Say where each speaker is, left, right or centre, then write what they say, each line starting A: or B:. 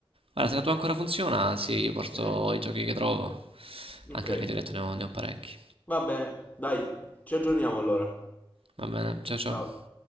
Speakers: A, on the right (about 75°); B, on the left (about 15°).
A: Guarda, se la tua ancora funziona, sì, io porto
B: Sì,
A: i giochi che trovo.
B: ok.
A: Anche perché ti ho detto ne ho, ne ho parecchi.
B: Va bene, dai, ci aggiorniamo allora.
A: Va bene, ciao ciao.
B: Ciao.